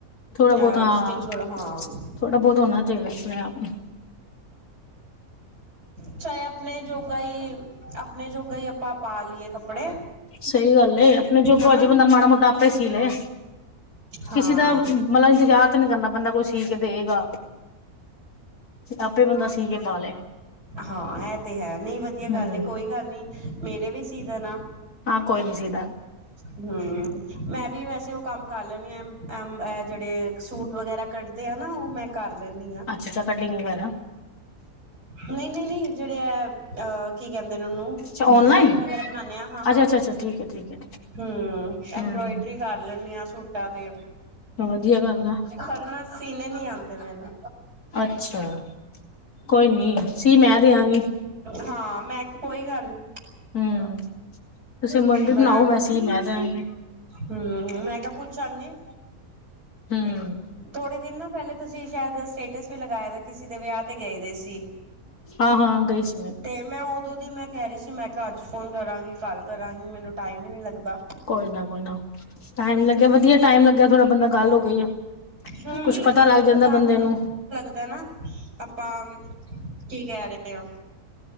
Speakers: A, on the left (about 75°); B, on the right (about 85°).
A: ਥੋੜਾ ਬਹੁਤ
B: ਅ
A: ਹਾਂ
B: ਸਟਿਚ ਵਾਲਾ ਹਾਂ
A: ਥੋੜਾ ਬਹੁਤ ਹੋਣਾ ਚਾਹੀਦਾ ਆਪਣੇ ਆਪ ਨੂੰ
B: ਚਾਹੇ ਆਪਣੇ ਜੋਗਾ ਹੀ ਆਪਣੇ ਜੋਗਾ ਹੀ ਆਪਾਂ ਪਾ ਲਈਏ ਕੱਪੜੇ
A: ਸਹੀ ਗੱਲ ਏ, ਆਪਣੇ ਜੋਗਾਂ
B: ਹਨਾ।
A: ਬੰਦਾ ਮਾੜਾ ਮੋਟਾ ਆਪੇ ਸੀ ਲੇ
B: ਹਾਂ।
A: ਕਿਸੇ ਦਾ ਮਤਲਬ ਇੰਤਜ਼ਾਰ ਤਾਂ ਨਹੀ ਕਰਨਾ ਬੰਦਾ ਕੋਈ ਸੀ ਕੇ ਦੇਗਾ। ਆਪੇ ਬੰਦਾ ਸੀ ਕੇ ਪਾ ਲੇ।
B: ਹਾਂ ਇਹ ਤੇ ਹੈ ਨਹੀਂ ਵਧੀਆ ਗੱਲ
A: ਹੂੰ।
B: ਕੋਈ ਕੋਈ ਗੱਲ ਨੀ ਮੇਰੇ ਵੀ ਸੀ ਦੇਨਾ।
A: ਹਾਂ ਕੋਈ ਨੀ ਸੀਧ
B: ਹਮ ਮੈਂ ਵੀ ਵੈਸੇ ਉਹ ਕੰਮ ਕਰ ਲੈਦੀ ਆ ਜਿਹੜੇ ਸੂਟ ਵਗੈਰਾ ਕੱਢਦੇ ਆ ਨਾ ਉਹ ਮੈਂ ਕਰ ਲੈਂਦੀ ਹਾਂ।
A: ਅੱਛਾ ਕਟਿੰਗ ਵਗੈਰਾ।
B: ਨਹੀਂ, ਨਹੀਂ, ਨਹੀਂ ਜਿਹੜੇ ਹੈ ਅਹ ਕੀ ਕਹਿੰਦੇ ਨੇ ਉਹਨੂੰ
A: ਅੱਛਾ ਔਨਲਾਈਨ
B: ਡਿਜ਼ਾਇਨ ਵਗੈਰਾ ਬਣਾਦੇ ਆ ਹਾਂ, ਹਾਂ
A: ਅੱਛਾ-ਅੱਛਾ-ਅੱਛਾ ਠੀਕ ਐ-ਠੀਕ ਐ।
B: ਹਮ ਐਬਰੋਇਡਰੀ
A: ਹੂੰ-ਹੂੰ।
B: ਕਰ ਲੈਂਦੇ ਹਾਂ ਸੂਟ ਕਦੇ
A: ਵਧੀਆ ਗੱਲ ਆ
B: ਪਰ ਨਾ ਸੀਨੇ ਨੀ ਆਉਂਦੇ ਮੈਨੂੰ
A: ਅੱਛਾ ਕੋਈ ਨਹੀਂ ਸੀ ਮੈਂ ਦੇਆਂਗੀ।
B: ਹਾਂ ਮੈਂ ਕਿਹਾ ਕੋਈ ਗੱਲ ਨੀ।
A: ਹੂੰ। ਤੁਸੀਂ ਮੰਡੀ ਬਣਾਓ
B: ਮੈਂ
A: ਸੀ ਮੈਂ ਦਿਆਂਗੀ।
B: ਹਮ ਮੈਂ ਕਆ ਪੁੱਛਾ ਗੀ
A: ਹੂੰ।
B: ਥੋੜੇ ਦਿਨ ਨਾ ਪਹਿਲੇ ਤੁਸੀਂ ਸ਼ਾਇਦ ਸਟੇਟਸ ਵੀ ਲਗਾਏ ਦੇ ਕਿਸੇ ਦੇ ਵਿਆਹ ਤੇ ਗਏ ਦੇ ਸੀ,
A: ਹਾਂ-ਹਾਂ ਗਈ ਸੀ
B: ਤੇ ਮੈਂ ਉਦੋਂ ਦੀ ਮੈਂ ਕਹਿ ਰਹੀ ਸੀ ਮੈਂ ਘਰ ਚ ਫੋਨ ਕਰਾਂਗੀ ਕੱਲ ਕਰਾਂਗੀ ਮੈਨੂੰ ਟਾਈਮ ਹੀ ਨਹੀ ਲੱਗਦਾ।
A: ਕੋਈ ਨਾ ਕੋਈ ਨਾ ਟਾਈਮ ਲੱਗਿਆ ਵਧੀਆ ਟਾਈਮ ਲੱਗਿਆ ਥੋੜਾ ਬੰਦਾ ਗੱਲ ਹੋ ਗਈ ਆ।
B: ਹਮ
A: ਕੁੱਛ ਪਤਾ
B: ਨਾ
A: ਲੱਗ
B: ਦੇਖੋ
A: ਜਾਂਦਾ
B: ਗੱਲ
A: ਬੰਦੇ
B: ਹੁਣ
A: ਨੂੰ।
B: ਲੱਗਦਾ ਨਾ ਆਪਾਂ ਕੀ ਕਹਿ ਰਹੇ ਆ।